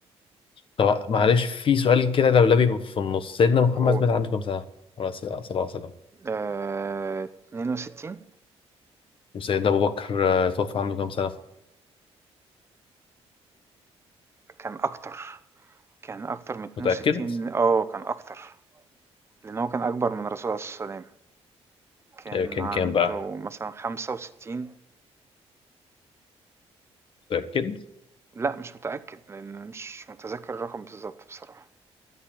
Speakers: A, on the left; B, on the right.
A: طب معلش في سؤال كده لولبي في النص سيدنا محمد
B: قول
A: مات عنده كام سنة؟ عليه الصلاة صلى الله عليه وسلم
B: آه، 62
A: وسيدنا أبو بكر آه، توفى عنده كام سنة؟
B: كان أكتر، كان أكتر من 62
A: متأكد؟
B: آه كان أكتر، لأن هو كان أكبر من الرسول عليه الصلاة والسلام، كان
A: آه، كان
B: عنده
A: كام بقى؟
B: مثلًا 65
A: متأكد؟
B: لأ مش متأكد لأن مش متذكر الرقم بالضبط بصراحة،